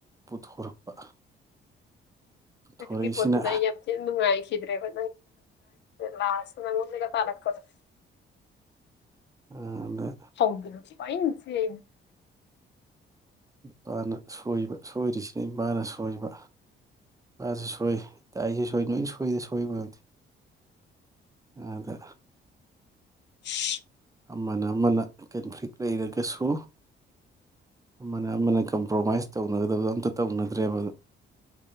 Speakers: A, on the right (about 15°); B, on the left (about 60°).
A: ꯄꯨꯊꯣꯔꯛꯄ ꯄꯨꯊꯣꯔꯛꯏꯁꯤꯅ
B: ꯑꯗꯨꯗꯤ ꯄꯣꯠꯇꯨꯗ ꯌꯥꯝ ꯊꯤꯅꯥ ꯅꯨꯡꯉꯥꯏ ꯆꯗ꯭ꯔꯦꯕ ꯂꯥꯁꯇꯥ ꯅꯪꯉꯣꯟꯗꯒ ꯊꯥꯔꯛꯄꯗꯣ
A: ꯑꯗ
B: ꯁꯧꯗꯅ <unintelligible>
A: ꯏꯄꯥꯅ ꯁꯣꯏꯕ ꯁꯣꯏꯔꯤꯁꯤꯅ ꯏꯃꯥꯅ ꯁꯣꯏꯕ ꯃꯁꯨ ꯁꯣꯏ ꯏꯇ ꯑꯩꯁꯦ ꯁꯣꯏ ꯅꯣꯏ ꯁꯣꯏꯗ ꯁꯣꯏꯕ ꯋꯥꯗꯤ ꯑꯗ
B: <unintelligible>
A: ꯑꯃꯅ ꯑꯃꯅ ꯀꯟꯐ꯭ꯂꯤꯛ ꯂꯩꯔꯒꯁꯨ ꯑꯃꯅ ꯑꯃꯅ ꯀꯝꯄ꯭ꯔꯣꯃꯥꯏꯁ ꯇꯧꯅꯒꯗꯕꯗꯣ ꯑꯝꯇ ꯇꯧꯅꯗ꯭ꯔꯦꯕ